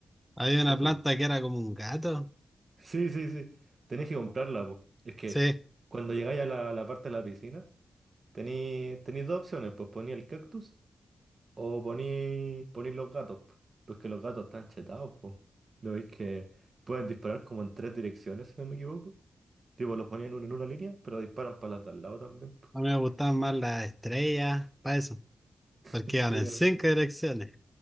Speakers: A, in the centre; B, on the right (about 50°).
A: Había
B: Chistoso,
A: una planta
B: po.
A: que era como un gato.
B: Sí, sí, sí. Tenés que comprarla, pues. Es que
A: Sí,
B: cuando llegáis a la, a la parte de la piscina, tenéis, tenéis dos opciones, pues poní el cactus o poní, poní los gatos, po. Pues que los gatos están chetados, pues. ¿No veis que pueden disparar como en tres direcciones, si no me equivoco? Tipo, los ponían en un- en una línea, pero disparan para las de al lado también. po.
A: a mí me gustaban más las estrellas, para eso, porque
B: Estrella
A: iban en cinco direcciones.